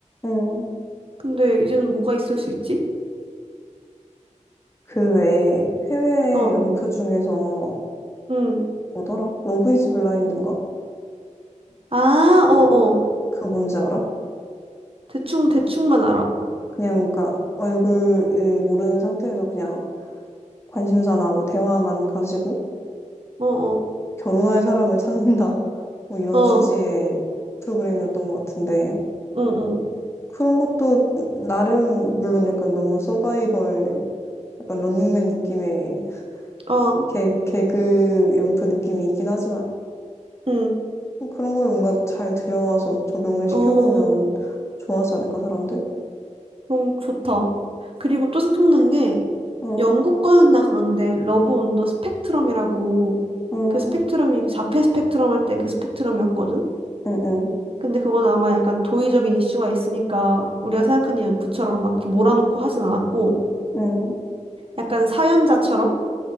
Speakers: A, on the left; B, on the right.
A: 응.
B: 근데 이제는 뭐가 있을 수 있지?
A: 그 외에 해외
B: 어,
A: 연표 중에서
B: 응.
A: 뭐더라? 러브 이즈 블라인드인가?
B: 아, 어어.
A: 그거 뭔지 알아?
B: 대충, 대충만 알아.
A: 그냥 그니까 얼굴을 모르는 상태에서 그냥 관심사나 뭐 대화만 가지고
B: 어, 어,
A: 결혼할 사람을 찾는다 <laughs> 뭐 이런
B: 어,
A: 취지의 프로그램이었던 것 같은데
B: 응,
A: 그런 것도 나름 물론 약간 너무 서바이벌 약간 런닝맨 느낌의
B: 응, 어,
A: 개, 개그 연프 느낌이 있긴 하지만
B: 응,
A: 뭐 그런 걸 뭔가 잘 들여와서 적용을 시켜보면
B: 어,
A: 좋아하지 않을까 사람들?
B: 그럼 좋다. 그리고 또 생각난 게,
A: 응,
B: 영국 거였나 그런데, 러브 온더 스펙트럼이라고,
A: 응,
B: 그 스펙트럼이 그 자폐 스펙트럼 할 때 그 스펙트럼이었거든?
A: 응, 응,
B: 근데 그건 아마 약간 도의적인 이슈가 있으니까, 우리가 생각하는 연구처럼 막 이렇게 몰아놓고 하진 않았고,
A: 응,
B: 약간 사연자처럼?